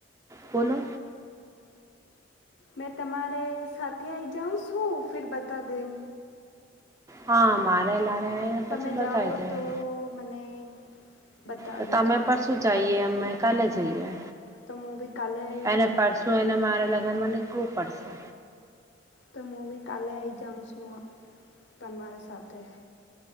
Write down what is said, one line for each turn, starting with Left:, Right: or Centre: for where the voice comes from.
Right: બોલો
Left: મેં તમારે સાથે આઈ જાઉ શું ફેર બતા દેવ
Right: હા મારેલા પછી
Left: તમે
Right: બ
Left: જાઓ
Right: થાય <unintelligible> જવા
Left: તો મને બતા
Right: તો
Left: દીજો
Right: તમે પરશું જઈએ અમે કાલે જઈએ.
Left: તો હું બી કાલે
Right: એને પરસુ એને મારે લ હવે મને કું પડશે
Left: તો હું બી કાલે આવીઈ જાઉં છું તમારી સાથે